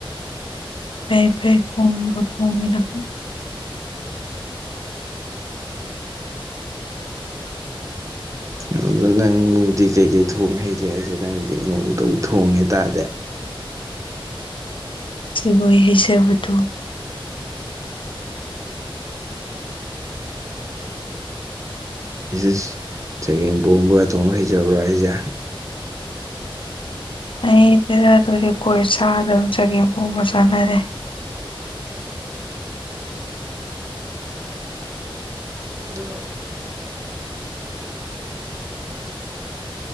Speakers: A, on the left; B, on the right.
A: ꯐꯩ ꯐꯩ ꯊꯣꯡꯉꯦꯗ ꯊꯣꯡꯉꯤꯗꯣ <inaudible>
B: ꯑꯗꯨꯗ ꯅꯪꯗꯤ ꯀꯩꯀꯩ ꯊꯣꯡ ꯍꯩꯒꯦ ꯍꯥꯏꯁꯦ ꯅꯪꯗꯤ ꯅꯣꯡꯇꯕꯨ ꯊꯣꯡꯉꯦ ꯇꯥꯗꯦ
A: ꯂꯣꯏ ꯍꯩꯖꯕꯗꯣ
B: ꯏꯁ ꯏꯁ ꯆꯒꯦꯝ ꯄꯣꯝꯕ ꯊꯣꯡ ꯍꯩꯖꯕ꯭ꯔꯣ ꯍꯥꯏꯁꯦ
A: ꯑꯩ ꯇꯦꯔꯥ ꯑꯗꯨꯗꯤ ꯀꯣꯏ ꯆꯥꯗꯕ ꯆꯒꯦꯝ ꯄꯣꯝꯕ ꯆꯥꯅꯗꯦ
B: ꯍꯣꯏ ꯍꯣꯏ